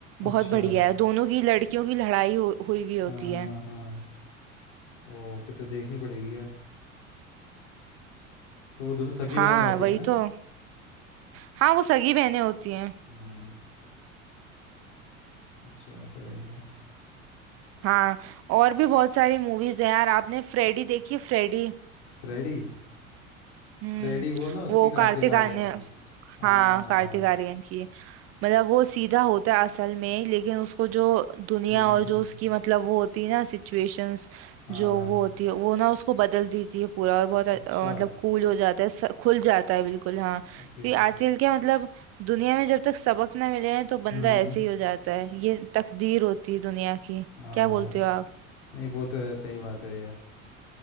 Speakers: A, on the left (about 60°); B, on the right (about 35°).
A: अच्छा
B: बहुत बढ़िया है दोनों की लड़कियों की लड़ाई हो, हुई हुई होती
A: हाँ
B: है
A: हाँ हाँ ओ फिर तो देखनी पड़ेगी यार तो वो दोनों सगी
B: हाँ
A: बहनें होती
B: वही
A: है ना
B: तो हाँ वो सगी बहनें होती हैं
A: हम्म अच्छा ऐसा है क्या
B: हाँ और भी बहुत सारी मूवीज हैं यार आपने फ्रेडी देखी फ्रेडी
A: फ्रेडी
B: हम्म
A: फ्रेडी वो ना उसकी
B: वो
A: कार्तिक
B: कार्तिक आर्यन
A: आर्यन की हाँ
B: हाँ कार्तिक आर्यन की मतलब वो सीधा होता है असल में लेकिन उसको जो दुनिया
A: हम्म
B: और
A: हम्म
B: जो उसकी मतलब वो होती है ना सिचुएशंस
A: हाँ
B: जो
A: हाँ
B: वो होती है वो ना उसको बदल देती है पूरा और बहुत अ,
A: अच्छा
B: मतलब कूल हो जाता है स- खुल जाता है बिल्कुल हाँ क्योंकि
A: ओके
B: आजकल क्या मतलब दुनिया में जब तक सबक ना मिले हैं तो बंदा
A: हम्म हम्म
B: ऐसे ही हो जाता है ये तकदीर होती है दुनिया की
A: हाँ
B: क्या बोलते
A: यार
B: हो आप
A: नहीं वो तो है सही बात है ये